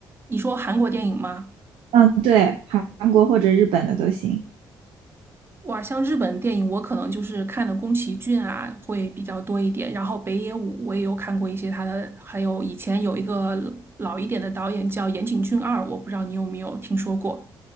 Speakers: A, on the right; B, on the right.
A: 你说韩国电影吗？
B: 嗯，对，韩韩国或者日本的都行。
A: 哇，像日本电影，我可能就是看的宫崎骏啊会比较多一点，然后北野武我也有看过一些他的，还有以前有一个老一点的导演叫岩井俊二，我不知道你有没有听说过？